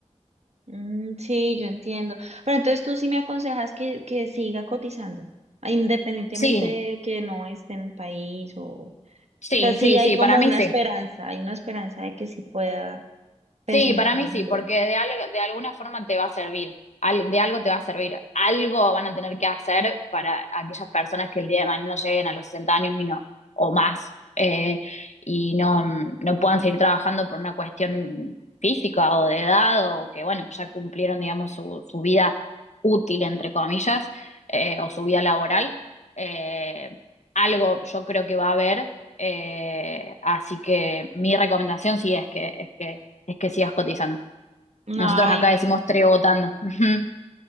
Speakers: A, on the right (about 65°); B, on the left (about 75°).
A: Mm, sí, yo entiendo. Pero entonces tú sí me aconsejas que, que siga cotizando, ah, independientemente
B: Sí,
A: de que no esté en el país o...
B: sí,
A: O sea, sí
B: sí,
A: hay
B: sí,
A: como
B: para mí
A: una
B: sí.
A: esperanza, hay una esperanza de que sí pueda pensionarme
B: Sí, para mí
A: algún
B: sí, porque
A: día.
B: de, algo, de alguna forma te va a servir, al- de algo te va a servir, algo van a tener que hacer para aquellas personas que el día de mañana lleguen a los 60 años y no, o más, eh, y no, mm, no puedan seguir trabajando por una cuestión física o de edad, o que bueno, ya cumplieron, digamos, su, su vida útil, entre comillas, eh, o su vida laboral. Eh, algo yo creo que va a haber eh, así que mi recomendación sí es que, es que, es que sigas cotizando.
A: Ay,
B: Nosotros acá
A: bueno.
B: decimos trebotando, <laughs>